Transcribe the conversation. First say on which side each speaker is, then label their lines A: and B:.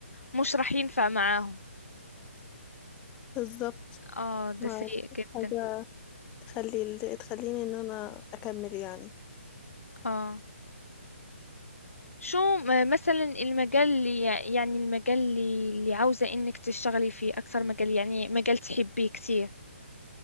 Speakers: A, on the left (about 80°); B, on the left (about 15°).
A: مش راح ينفع معاهم
B: بالظبط
A: اه ده
B: ما
A: سيء
B: فيش
A: جدا
B: حاجة تخلي ال- تخليني ان انا اكمل يعني
A: اه شو م- مثلا المجال اللي يعني المجال اللي اللي عاوزة انك تشتغلي فيه اكثر مجال يعني مجال تحبيه كتير